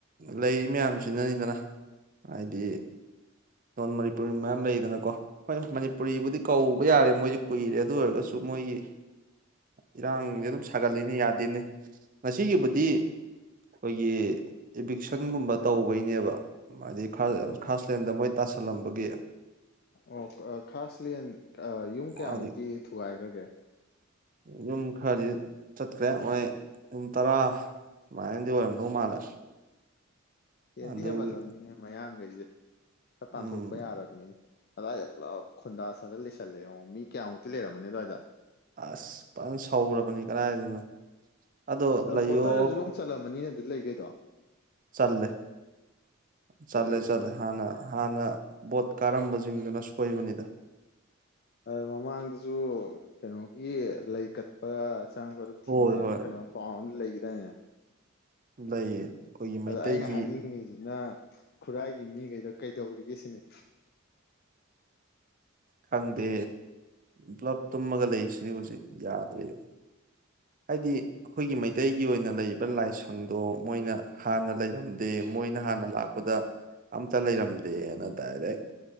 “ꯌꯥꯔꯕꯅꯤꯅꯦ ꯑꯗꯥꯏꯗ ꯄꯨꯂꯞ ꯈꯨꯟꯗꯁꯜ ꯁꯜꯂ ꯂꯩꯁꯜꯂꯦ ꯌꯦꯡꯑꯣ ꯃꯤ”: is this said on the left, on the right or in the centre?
Left